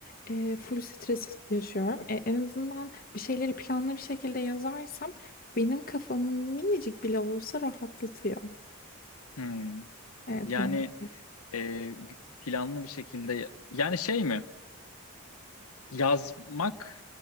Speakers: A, on the left; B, on the left.
A: e, full stres yaşıyorum. E, en azından bir şeyleri planlı bir şekilde yazarsam benim kafamı minicik bile olsa rahatlatıyor.
B: hmm.
A: Evet,
B: Yani
A: bu
B: e, planlı bir şekilde yani şey mi? Yazmak